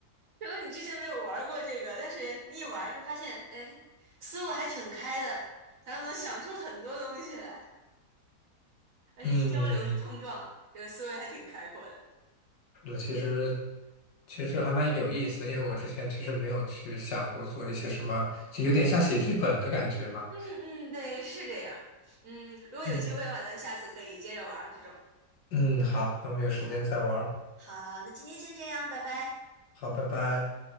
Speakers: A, on the right; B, on the left.
A: 可能你之前没有玩过这个，但是你一玩就发现，哎，思路还挺开的，咱们能想出很多东西来，而且一交流一碰撞，
B: 嗯，
A: 这个思维还挺开阔的。
B: 是的其实，其实这还蛮有意思的，因为我之前其实没有去想过做一些什么，就有点像写剧本的感觉嘛。
A: 嗯嗯，对，是这样。嗯，如果有机会的话，
B: 嗯
A: 咱下次可以接着玩儿这种。
B: 嗯，好，那我们有时间再玩儿
A: 好，好，那今天先这样，拜拜。
B: 好，拜拜。